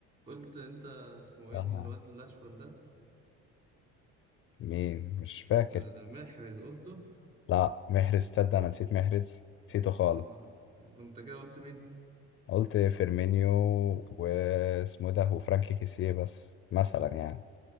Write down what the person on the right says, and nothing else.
قلت انت اسمه ايه
الواد الاشول ده
آه، محرز قلته
اه انت كده قلت مين